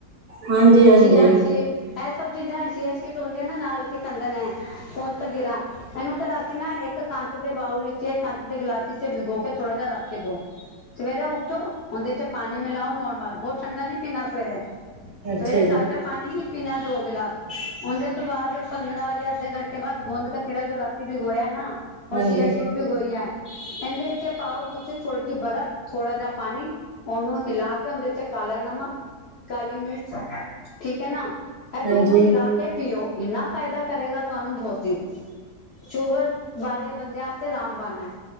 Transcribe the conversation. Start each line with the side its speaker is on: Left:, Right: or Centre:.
Right: ਹਾਂਜੀ-ਹਾਂਜੀ,
Left: ਛੀ ਆ ਇਹ ਸਭ ਚੀਜ਼ਾਂ ਸ਼ੀਆ ਸ਼ੀਟ ਹੁੰਦੀਆਂ ਨੇ ਇੱਥੇ ਨਾਲ਼ ਕੀ ਕਹਿੰਦੇ ਨੇ ਗੂੰਦਕਤੀਰਾ ਇਹਨੂੰ ਤਾਂ ਰਾਤੀਂ ਨਾ ਇੱਕ ਕੰਚ ਦੇ ਬਾਊਲ ਵਿੱਚ ਕੰਚ ਦੇ ਗਿਲਾਸ ਵਿੱਚ ਵਿੰਗੋ ਕੇ ਥੋੜ੍ਹਾ ਜਾ ਰੱਖ ਕੇ ਦੋ ਸਵੇਰੇ ਉੱਠੋ ਉਨਦੇ ਚ ਪਾਣੀ ਮਿਲਾਓ ਨੋਰਮਲ, ਬਹੁਤ ਠੰਢਾ ਨੀ ਪੀਣਾ ਸਵੇਰੇ,
Right: ਅੱਛਾ
Left: ਸਵੇਰੇ ਤਾਜ਼ਾ
Right: ਜੀ,
Left: ਪਾਣੀ ਹੀ ਪੀਣਾ ਦੋ ਗਿਲਾਸ, ਉਨਦੇ ਤੋਂ ਬਾਅਦ ਪੰਦਰਾਂ ਜਾਂ ਅੱਧੇ ਘੰਟੇ ਬਾਅਦ ਗੋਂਦ ਕਤੀਰਾ ਜੋ ਰੱ ਬਿਗੋਆ ਨਾ ਔਰ
Right: ਹਾਂਜੀ,
Left: ਸ਼ੀਆ ਸ਼ੀਡ ਇਨਦੇ ਵਿੱਚ ਪਾਓ ਤੁਸੀਂ ਥੋੜ੍ਹੀ ਜੀ ਬਰਫ਼ ਥੋੜ੍ਹਾ ਜਾ ਪਾਣੀ ਉਹਨੂੰ ਹਿਲਾ ਕੇ ਉਹਦੇ ਚ ਕਾਲਾ ਨਮਕ, ਕਾਲੀ ਮਿਰਚ- ਠੀਕ ਐ ਨਾ, ਇਹ
Right: ਹਾਂਜੀ।
Left: ਦੋਨੋਂ ਮਿਲਾ ਕੇ ਪੀਓ ਇੰਨਾ ਫ਼ਾਇਦਾ ਕਰੇਗਾ ਤੁਹਾਨੂੰ ਬਹੁਤ ਈ ਸ਼ੂਗਰ ਵਾਲੇ ਬੰਦਿਆਂ ਆਸਤੇ ਰਾਮਬਾਨ ਏ।